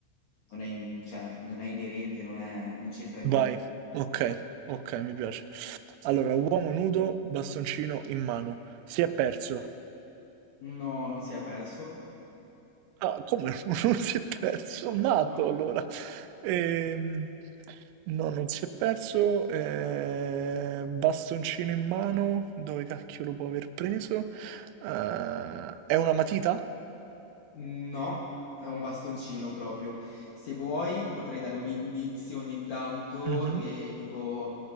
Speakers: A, on the left (about 75°); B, on the right (about 90°).
A: non è, in- cioè, non è inerente, non è, non c'entra niente.
B: vai. Ok, ok, mi piace. Allora, uomo nudo, bastoncino in mano. Si è perso.
A: No, non si è perso.
B: Ah, come <laughs> non si è perso? Matto,
A: No,
B: allora. Ehm, no, non si è perso. Eh, bastoncino in mano. Dove cacchio lo può aver preso? Eh, è una matita?
A: no, è un bastoncino proprio. Se vuoi, ti potrei dare un indizio ogni tanto,
B: Mhm.
A: e tipo,